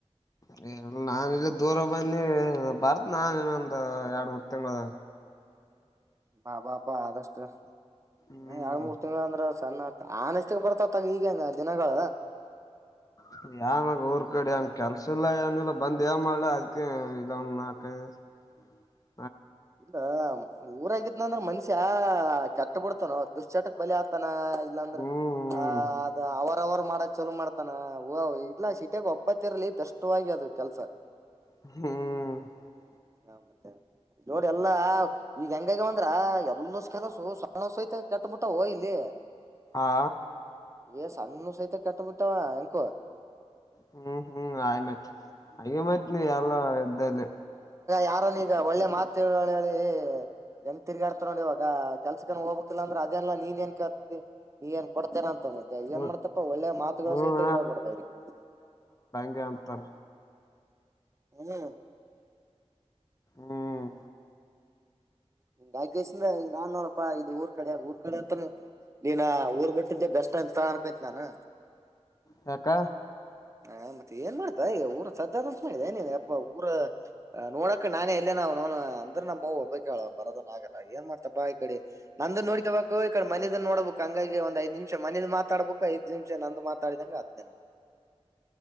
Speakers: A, on the left; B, on the right.
A: ಹ <unintelligible> ನಾನ ಇಲ್ಲಿ ದೂರ ಬಂದಿ ಬರ್ತ್ ನಾನ್ ಇನ್ನೊಂದು ಎರಡ್ ಮೂರ್ ತಿಂಗಳ
B: ಬಾಬಾಪ ಆದಷ್ಟ ಇ
A: ಹ್ಮ್
B: ಎರಡ್ ಮೂರ್ ತಿಂಗಳ ಅಂದ್ರ ಸಣ್ಣ ಆತ ಆನ್ ಎಷ್ಟಿಗೆ ಬರ್ತತ್ತಗ ಈಗಂಗ ದಿನಗಳ
A: ಹ ಯನಾಗ ಊರ್ ಕಡೆ ಅವನ್ ಕೆಲ್ಸ ಇಿಲ್ಲ ಏನಿಲ್ಲ ಬಂದ ಏನ್ ಮಾಡ್ಲ ಅದಕ ಇದ ಅವನ್ ನಾಕೈ ಹ್ಮ್
B: ಇಲ್ಲ ಊರಾಗಿದ್ನ ಅಂದ್ರ ಮನ್ಷ್ಯ ಕೆಟ್ಟ ಬಿಡ್ತಾನೋ ದುಶ್ಚಟಕ್ ಬಲಿ ಆಗ್ತಾನ ಇಲ್ಲಾ ಅಂದ್ರೆ
A: ಹ್ಮ್
B: ಆ ಅ ವಾರ ವಾರ ಮಾಡಕ್ ಚಲ ಮಾಡ್ತಾನ ಇಲ್ಲಾ ಶೀಟಾಗ ಒಬ್ಬತ್ತ ಇರ್ಲಿ ದಷ್ಟವಾಗಿ ಅದು ಕೆಲ್ಸ
A: ಹ್ಮ್
B: ಹಾ ಮತ್ತೆ ನೋಡಿ ಎಲ್ಲಾ ಈಗ ಹೆಂಗಾಗಿ ಅಂದ್ರ ಎಲ್ಲ ಕೆಲಸು ಸಣ್ಣ ಸಹಿತ ಕೆಟ್ಟಬಿಟ್ಟ ಹೋ ಇಲ್ಲಿ
A: ಹಾ
B: ಏ ಸಣ್ಣು ಸಹಿತ ಕಟ್ಟಬಿಟ್ಟಾವ ಎಂಕೋ
A: ಹ್ಮ್ ಹ್ಮ್ ಆಯ ಮತ್ ಹಾಗಿ ಮೈತ್ ನೀ ಎಲ್ಲ ಇದ್ದಲ್ಲಿ
B: ಕಾರನ್ ಈಗ ಒಳ್ಳೆ ಮಾತು ಹೇಳಿ ಎಂಗ ತಿಗಾಡ್ತಾರ ನೋಡಿ ಇವಾಗ ಕೆಲ್ಸಕನ ಹೋಗಕ್ತಿಿಲ್ಲ ಅಂದ್ರೆ ಅದೆನಲ್ಲ ನೀನ್ ಏನ್ ಕೇಳ್ತತಿ ನೀ ಏನ್ ಕೊಡ್ತೀರಂತ ಮತ್ತ ಮತ್ತೆ
A: ಹ್ಮ
B: ಏನ್ ಮಾಡ್ತಪ್ಪ ಒಳ್ಳೆ ಮಾತುಗಳ
A: ಹ್ಮ್
B: ಸಹಿತ ಹೇಳ್ಬಾರ್ದ ಅವ್ರಿಗೆ
A: ಗೆ ಅಂತರ
B: ಹ್ಮ್
A: ಹ್ಮ್
B: ಹಿಂಗ ಆಗ್ಗಸ್ರ ಹಿಂಗ ಅನ್ನೋರಪ್ಪಾ ಇದು ಊರ್ ಕಡೆ ಊರ್ ಕಡೆ ಅಂತಾನ ನೀನ್ ಊರ್ ಬಿಟ್ಟಿದ್ದೆ ಬೆಸ್ಟ್ ಅಂತ ಅನ್ಕೊಂತ ನಾನು
A: ಹಕ್ಕ
B: ಹಾ ಮತ್ತೆ ಏನ್ ಮಾಡ್ತಾ ಊರ ಸದ್ದದಂಂತ ಮಾಡೆ ನೀನ್ ಯಪ್ಪ ಊರ ನೋಡಕ ನಾನೇ ಎಲ್ಲ ನ ನ ಅಂದ್ರ ನಮ್ಮವು ಒಬ್ಬಕ್ ಹೇಳ ಬರೋದನ್ ಆಗಲ್ಲ ಏನ್ ಮಾಡ್ತಾ ಈ ಕಡೆ ನಂದ ನೋಡ್ಕಬಬೇಕು ಈ ಕಡೆ ಮ ಮನ ನೋಡ್ಬೇಕು ಹಂಗಾಗಿ ಒ್ ಐ್ ನಿಮಿಷ ಮನದ ಮಾತಾಬೇಕು ಐದು ನಿಮಿಷ ನಂದು ಮಾತಾಡಂಂಗ ಅದ್ ನನ
A: ಹ